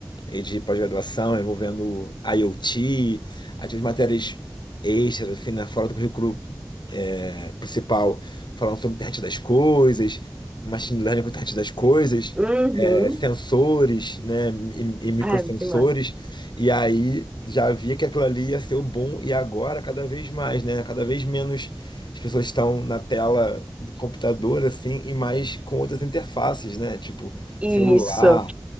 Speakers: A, on the left; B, on the right.
A: e de pós-graduação envolvendo IoT, aí tive matérias extras, assim, né, fora do currículo é, principal, falando sobre internet das coisas, machine learning com internet das coisas,
B: Uhum.
A: é, sensores, né, e, e microsensores,
B: Ai, muito massa.
A: e aí já via que aquilo ali ia ser o boom, e agora cada vez mais, né, cada vez menos as pessoas estão na tela do computador, assim, e mais com outras interfaces, né, tipo
B: Isso.
A: celular,